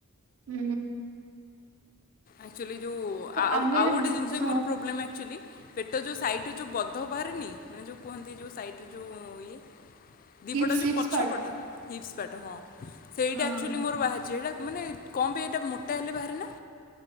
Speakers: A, on the right; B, on the left.
A: ହୁଁ।
B: ଆକ୍ଚୁଆଲି ଯୋଉ ଆଉ
A: ଆମେ
B: ଆଉ ଗୋଟେ ଜିନିଷ
A: ହଁ
B: ବି ମୋରୋ ପ୍ରୋବ୍ଲେମ୍ ଆକ୍ଚୁଆଲି। ପେଟ ଯୋଉ ସାଇଟରେ ଯୋଉ ବଧ ବାହାରେନି। ମାନେ ଯୋଉ କୁହନ୍ତି ଯୋଉ ସାଇଟରେ ଯୋଉ ଇଏ। ଦିପଟ
A: ହିପ୍ସ
B: ଯୋଉ
A: ହିପ୍ସ
B: ପଛ
A: ପାର୍ଟ
B: ପଟ। ହିପ୍ସ ପାଟ୍ ହଁ। ସେଇଟା
A: ହଁ।
B: ଆକ୍ଚୁଆଲି ମୋରୋ ବାହାରି ଯେ ହେଟା ମାନେ କଣପି ଏଇଟା ମୋଟା ହେଲେ ବାହାରେ ନା।